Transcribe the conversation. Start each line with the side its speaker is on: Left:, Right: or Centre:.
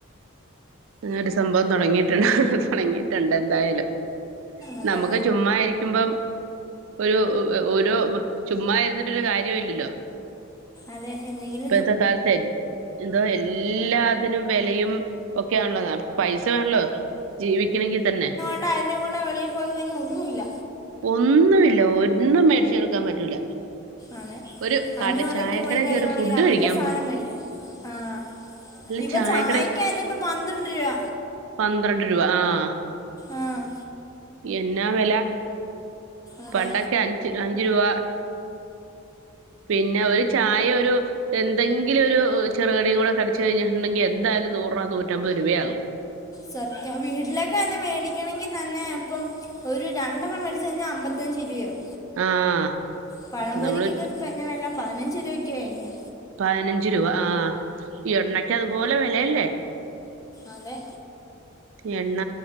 Right: അങ്ങനെരു സംഭവം തൊടങ്ങിട്ട് തൊടങ്ങിട്ട്ണ്ട് എന്തായലും
Left: അതെ
Right: നമുക്ക് ചുമ്മാരി ക്യുമ്പം ഒരു ഓരു ചുമ്മാ ഇരുന്നിട്ടൊരു കാര്യവു ഇല്ലല്ലോ.
Left: അതെ എന്തെങ്കില്.
Right: ഇപ്പഴത്തെ കാലത്തെ എന്തോ എല്ലാത്തിനും വെലയും ഒക്കെയാണെന്നതാണ്. പൈസ വേൺല്ലോ ജീവിക്കണെങ്കി തന്നെ
Left: <unintelligible> വെളീ പോയി കയിഞ്ഞാ ഒന്നൂല്ല
Right: ഒന്നുമില്ല ഒന്നും മേടിച്ച് കൊടുക്കാൻ പറ്റൂല.
Left: അതെ
Right: ഒരു കട
Left: അഞ്ഞൂറക്ക്
Right: ചായക്കട
Left: പോയിക്കയിഞ്ഞിട്ടുണ്ടെങ്കി
Right: കയറി ഫുഡ്
Left: രണ്ട്
Right: കഴിക്കാൻ
Left: സാനം
Right: പോലും
Left: മേടിക്ക. ആഹ്
Right: അല്ല
Left: ഇപ്പ
Right: ചായക്കട
Left: ചായക്കെന്നെപ്പ പന്ത്രണ്ട് രൂവ
Right: പന്ത്രണ്ട് രൂപ ആഹ്
Left: ആഹ്
Right: എന്നാ വെല
Left: അതെ
Right: പണ്ടൊക്കെ അഞ്ച് അഞ്ച് രൂവ പിന്നെ ഒരു ചായൊരു എന്തെങ്കിലൊരു ചെറുകടിയുകൂടെ കടിച്ച് കഴിഞ്ഞിട്ട്ണ്ടെങ്കി എന്തായാലും നൂറ് രൂപ നൂറ്റമ്പത് രൂപയാകും.
Left: സത്യം വീട്ടിലേകന്നെ മേടിക്കണെങ്കി തന്നെ ഇപ്പം ഒരു രണ്ടെണ്ണം മേടിച്ച് കഴിഞ്ഞാ അമ്പ ത്തഞ്ച് <unintelligible>
Right: ആഹ്
Left: പഴം പൊരിക്കൊക്കെ
Right: നമ്മള്
Left: പ്പെന്ന വെല പതിനഞ്ച് രൂപൊക്കായില്ലെ
Right: പയ്നഞ്ച് രൂപ ആഹ് എണ്ണക്കതുപോലെ വെലയല്ലെ
Left: അതെ
Right: എണ്ണ